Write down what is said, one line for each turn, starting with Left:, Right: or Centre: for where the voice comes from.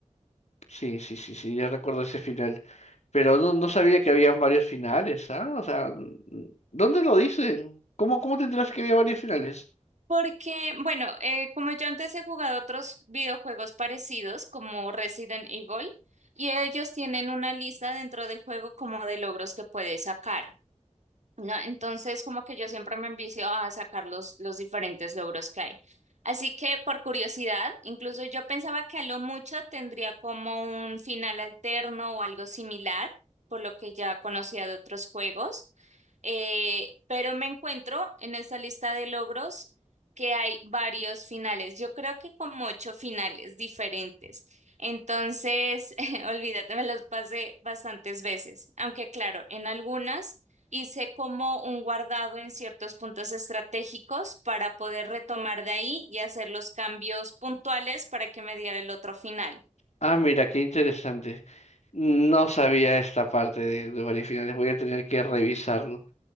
Left: Sí, sí, sí, sí, ya recuerdo ese final. Pero no, no sabía que había varios finales, ¿ah? O sea, mm, ¿dónde lo dicen? ¿Cómo, cómo te enteraste que había varios finales?
Right: Porque, bueno, eh, como yo antes he jugado otros videojuegos parecidos, como Resident Evil, y ellos tienen una lista dentro del juego como de logros que puedes sacar. ¿no? Entonces, como que yo siempre me envicio a sacar los, los diferentes logros que hay. Así que, por curiosidad, incluso yo pensaba que a lo mucho tendría como un final alterno o algo similar, por lo que ya conocía de otros juegos. Eh, pero me encuentro en esta lista de logros que hay varios finales. Yo creo que como ocho finales diferentes. Entonces, <laughs> olvídate, me los pasé bastantes veces. Aunque claro, en algunas Hice como un guardado en ciertos puntos estratégicos para poder retomar de ahí y hacer los cambios puntuales para que me diera el otro final.
Left: Ah, mira, qué interesante. No sabía esta parte de, de varios finales, voy a tener que revisarlo.